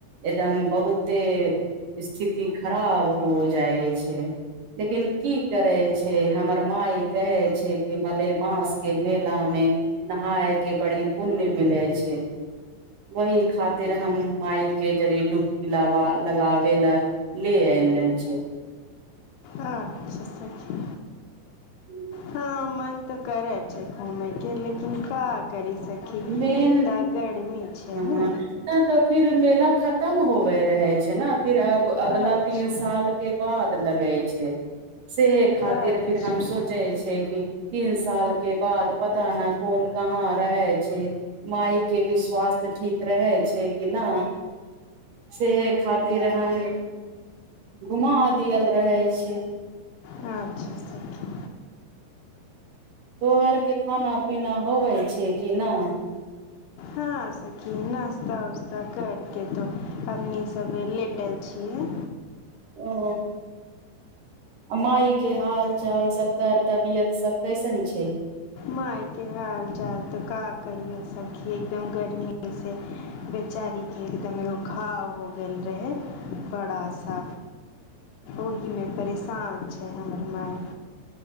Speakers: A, on the right; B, on the left.
A: एकदम बहुते स्थिति खराब हो जाइ छै, लेकिन की करै छै ह मर माय कहै छै कि मलेमास के मेला मे नहाय के बड़ी पुण्य मिले छै वही खातिर हम माय के जड़े डुबकी ला लगाबे ला, ले आबै छै।
B: अच्छा सखी।
A: हुं।
B: हां मन त करै छै घुमय के लेकिन का करी सखी
A: मेन,
B: एता गर्मी छै
A: हां,
B: ने
A: नै त फिर मेला खतम होबै रहै छै ना फिर अब अगला
B: अच्छा
A: तीन साल के बाद लगतै रहै छै। से ऐ खातिर
B: अच्छा
A: फिर हम सोचै छै कि तीन साल के बाद पता न कोन कहाँ रहै छै, मायके भी स्वास्थ्य ठीक रहै छै कि ना, सेहे खातिर हम घुमा देल रहै छै।
B: अच्छा। सखी
A: तो आर के खाना पीना होबै छै कि ना?
B: हां सखी नास्ता उस्ता करके त अपनी सबे लेटल छियै।
A: ओ, आ माय के हाल चाल सब तर तबियत सब कैसन छै?
B: मायके हाल चाल त का कहियो सखी एकदम गर्मीएसे बेचारीके एकदम एगो घाव हो गेल रहै बड़ा सा। ओहि मे परेशान छै हमर माय